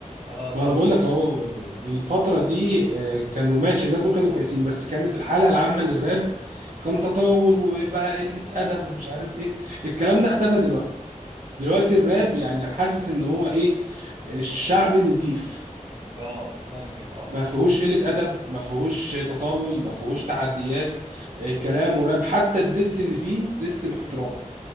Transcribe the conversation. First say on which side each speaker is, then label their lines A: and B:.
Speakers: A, on the right; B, on the right.
A: انا صراحة
B: ما انا بقول لك اهو الفتره دي آه، كانوا ماشي الناس دول كانوا كويسين بس كانت الحاله العامه للراب كان تطاول وبقى قله ادب ومش عارف ايه الكلام ده اختفى دلوقتي دلوقتي الراب يعني حاسس ان هو ايه الشعب النضيف
A: اه ممكن اه
B: ما فيهوش قلة أدب ما فيهوش تطاول ما فيهوش تعديات آه، كلام وراب حتى الدس اللي فيه دس باحترام